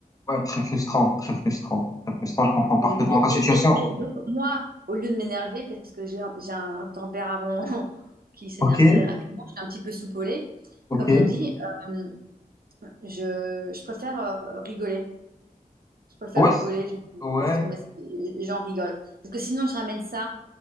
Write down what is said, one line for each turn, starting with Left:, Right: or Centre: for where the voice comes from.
Left: ouais, très frustrant, très frustrant, très frustrant. Je comprends parfaitement
Right: Et Mais, bon,
Left: ta
Right: mais-
Left: situation.
Right: mais- mais donc, moi, au lieu de m'énerver, parce que j'ai un, j'ai un tempérament <laughs> qui s'énerve
Left: Ok,
Right: très rapidement, je suis un petit peu soupolée,
Left: ok.
Right: comme on dit, euh, je, je préfère euh, rigoler. Je préfère
Left: Ouais,
Right: rigoler,
Left: c-
Right: je
Left: ouais,
Right: laisse tomber, et j'en rigole. Parce que sinon, je ramène ça